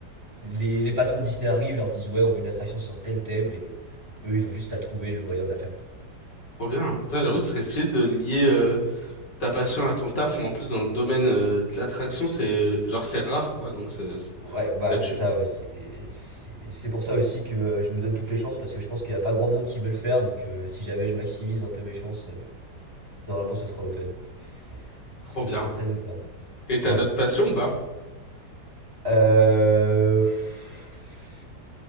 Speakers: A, on the right; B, on the left.
A: les, les patrons de Disney arrivent, leur disent ouais on veut une attraction sur tel thème et eux ils ont juste à trouver le moyen de la faire quoi.
B: Trop bien. Putain, j'avoue, ce serait stylé de lier euh, ta passion à ton taf, mais en plus dans le domaine euh, de l'attraction, c'est genre c'est rare quoi, donc c'est- c'est-
A: Ouais bah
B: ça
A: c'est
B: tue.
A: ça ouais c'est c'est c'est pour ça aussi que euh, je me donne toutes les chances parce que je pense qu'il y a pas grand monde qui veut le faire donc euh, si jamais je maximise un peu mes chances euh, normalement ce sera open, ce
B: Trop bien.
A: sera très open
B: Et t'as
A: Ouais.
B: d'autres passions ou pas?
A: Euh... pff,